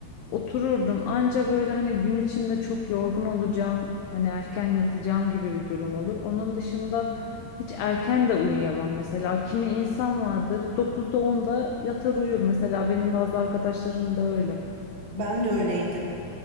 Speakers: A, on the left (about 85°); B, on the right (about 80°).
A: otururdum. Anca böyle hani gün içinde çok yorgun olacağım, hani erken yatacağım gibi bir durum olur. Onun dışında hiç erken de uyuyamam mesela. Kimi insan vardır 9'da onda yatar uyur. Mesela benim bazı arkadaşlarım da öyle.
B: Ben de öyleydim.